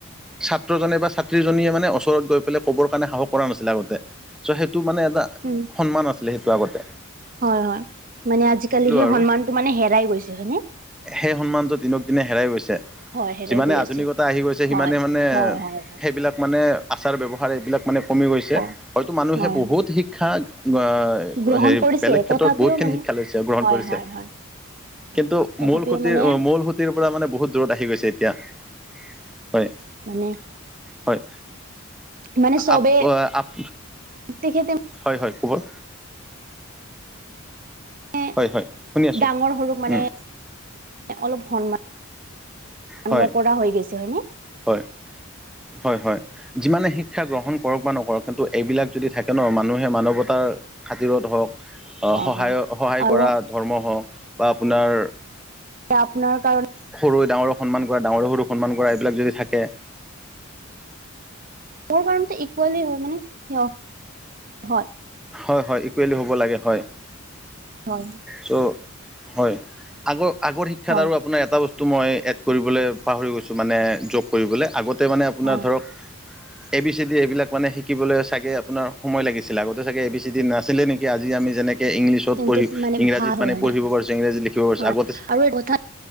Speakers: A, in the centre; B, on the right (about 40°).
A: ছাত্ৰজনে বা ছাত্ৰীজনীয়ে মানে ওচৰত গৈ পেলাই ক'বৰ কাৰণে সাহস কৰা নাছিলে আগতে চ' সেইটো মানে এটা
B: উম
A: সন্মান আছিলে সেইটো আগত
B: হয় হয় মানে আজিকালি সেই
A: আৰু
B: সন্মানটো মানে হেৰাই গৈছে হয়নে
A: সেই সন্মানটো দিনক দিনে হেৰাই গৈছে
B: হয় হেৰাই
A: যিমানে
B: গৈ
A: আধুনিকতা
B: আছে
A: আহি গৈছে
B: হয়
A: সিমানে মানে
B: হয় হয় হয়
A: সেইবিলাক মানে আচাৰ ব্যৱহাৰ এইবিলাক মানে কমি গৈছে
B: হয়
A: হয়তো মানুহে
B: হয়
A: বহুত
B: হয়
A: শিক্ষাক এ
B: গ্ৰহণ
A: হেৰি
B: কৰিছে
A: বেলেগ ক্ষেত্ৰত
B: তথাপিও
A: বহুত খিনি
B: মানে
A: শিক্ষা লৈছে গ্ৰহণ
B: হয়
A: কৰিছে।
B: হয় হয় হয়
A: কিন্তু
B: তথাপিও
A: মূল সোতিৰ
B: মানে
A: মূল সোতিৰ পৰা মানে বহুত দূৰত আহি গৈছে এতিয়া হয়।
B: মানে
A: হয়
B: মানে চবে
A: আপ এ আপ
B: তেখেতে
A: হয় হয় ক'বৰ
B: এ
A: হয় হয় শুনি আছোঁ
B: ডাঙৰ সৰুক মানে
A: উম
B: অলপ সন্মান
A: হয়
B: নকৰা হৈ গৈছে হয়নে
A: হয় হয় হয় যিমানে শিক্ষা গ্ৰহণ কৰক বা নকৰক কিন্তু এইবিলাক যদি থাকে ন মানুহে মানৱতাৰ খাতিৰত হওক
B: অ',
A: সহায় সহায়
B: আৰু
A: কৰা ধৰ্ম হওক বা আপোনাৰ
B: এতিয়া আপোনাৰ কাৰণে
A: সৰু ডাঙৰে সন্মান কৰা ডাঙৰে সৰুক সন্মান কৰা এইবিলাক যদি থাকে
B: মোৰ কাৰণতে ইকুৱেলি হয় মানে হ হয়
A: হয় হয় ইকুৱেলি হ'ব লাগে হয়
B: হয়,
A: চ' হয় আগৰ আগৰ শিক্ষাত
B: হয়,
A: আৰু আপোনাৰ এটা বস্তু তো মই এড কৰিবলে পাহৰি গৈছো মানে জব কৰিবলে আগতে মানে আপোনাৰ
B: হয়।
A: ধৰক এ বি চি ডি এইবিলাক মানে শিকিবলে চাগে আপোনাৰ সময় লাগিছিল আগত আগতে চাগে এ বি চি ডি নাছিলে নেকি আজি আমি যেনেকে ইংলিছ ত
B: তেন্তে
A: পঢ়ি
B: মানে
A: ইংৰাজীত
B: ভাল হয়
A: মানে
B: হয়
A: পঢ়িব
B: নে?
A: পাৰিছো ইংৰাজীত লিখিব পাৰিছো
B: হয়
A: আগতে
B: আৰু এই কথা